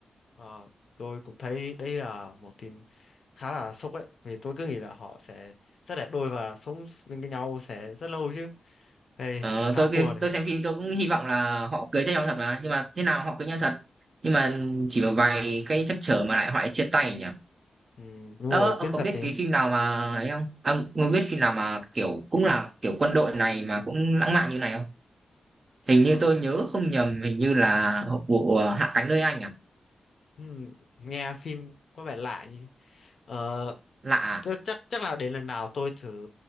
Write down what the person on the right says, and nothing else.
Ờ,
tôi
tôi xem phim tôi cũng hy vọng là họ cưới nhau thật mà nhưng mà thế nào họ cưới nhau thật nhưng mà chỉ một vài cái trắc trở mà lại họ lại chia tay nhỉ
ờ,
ông
có
biết
cái phim nào mà ấy không ông có biết phim nào mà kiểu cũng là kiểu quân đội này mà cũng lãng mạn như này không hình
như tôi nhớ không nhầm hình như là vụ ờ, Hạ cánh nơi anh à
lạ à?